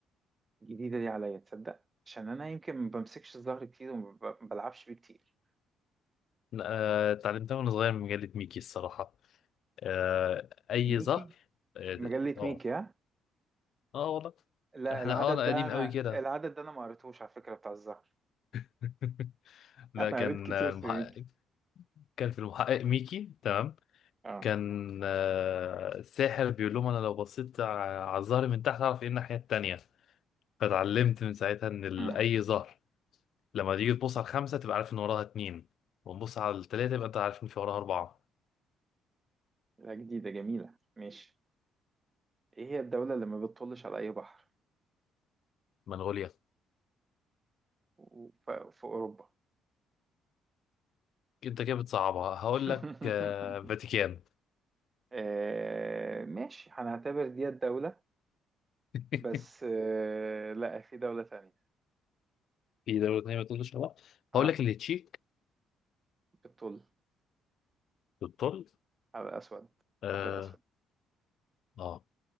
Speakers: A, on the right; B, on the left.
A: جديدة دي عليا تصدق عشان أنا يمكن ما بمسكش الظهر كتير وما ب- بلعبش بيه كتير
B: آه، اتعلمتها وأنا صغير من مجلة ميكي الصراحة آه، أي
A: ميكي
B: ظهر اه
A: مجلة
B: اه
A: ميكي ها
B: آه، والله
A: لا
B: احنا
A: العدد
B: اه انا
A: ده
B: قديم
A: أنا
B: قوي كده
A: العدد ده أنا ما قريتهوش على فكرة بتاع الظهر
B: <laughs>
A: <laughs>
B: لا
A: أنا
B: كان
A: قريت كتير
B: آه، المحقق
A: في ميكي
B: كان في المحقق ميكي تمام
A: اه
B: كان آه، الساحر بيقول لهم انا لو بصيت ع- على الظهر من تحت اعرف ايه الناحية التانية فتعلمت من ساعتها ان ال-
A: امم
B: اي ظهر لما تيجي تبص على الخمسة تبقى عارف ان وراها اتنين ونبص على التلاتة يبقى انت عارف ان في وراها اربعة
A: لا جديدة جميلة ماشي إيه هي الدولة اللي ما بتطلش على أي بحر
B: منغوليا
A: و- ف- في أوروبا
B: انت كده بتصعبها هقول
A: <laughs>
B: لك آه فاتيكان
A: آه ماشي هنعتبر دي الدولة
B: <laughs>
A: بس آه، لا في دولة تانية
B: في دولة تانية ما تقولش لا
A: اه
B: هقول لك اللي تشيك
A: بتطل
B: بالطول
A: على الأسود
B: اه
A: البحر الأسود
B: اه